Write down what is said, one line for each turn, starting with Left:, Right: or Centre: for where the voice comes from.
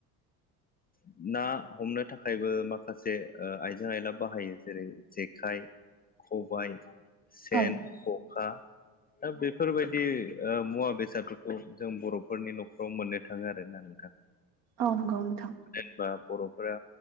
Left: <inaudible> ना हमनो थाखायबो माखा जे ओ आइजें आइला बाहायो जेरै जेखाइ खबाइ सेन,
Right: औ
Left: खखा दा बेफोरबायदि ओ मुवा बेसादफोरखौ जों बर'फोरनि न'खराव मोननो थाङो आरोना नोंथां।
Right: औ नंगौ नोंथां।
Left: जेनबा बर'फोरा